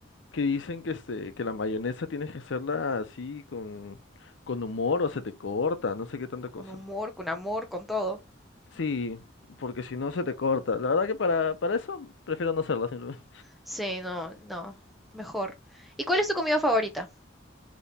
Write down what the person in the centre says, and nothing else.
Con
humor, con amor, con todo.
Sí, no, no. Mejor. ¿Y cuál es tu comida favorita?